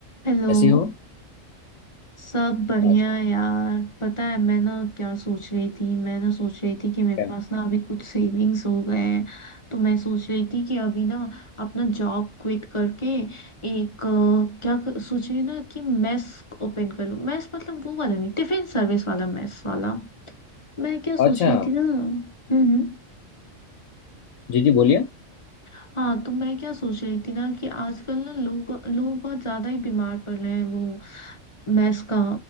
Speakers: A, on the left; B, on the left.
A: हेलो
B: ऐसी हो
A: सब बढ़िया
B: अच्छा
A: है यार पता है मैं ना क्या सोच रही थी मैं ना सोच रही थी कि मेरे
B: क्या
A: पास ना अभी कुछ सेविंग्स हो गए हैं तो मैं सोच रही थी कि अभी ना अपना जॉब क्विट करके एक अ, क्या कर, सोच रही हूँ ना कि मेस ओपन कर लूँ मेस मतलब वो वाला नहीं टिफिन सर्विस वाला मेस वाला मैं क्या सोच
B: अच्छा
A: रही
B: हाँ
A: थी ना हम्म हम्म।
B: जी जी बोलिए
A: हाँ तो मैं क्या सोच रही थी ना कि आजकल ना लोग लोग बहुत ज्यादा ही बीमार पड़ रहे हैं वो मैस का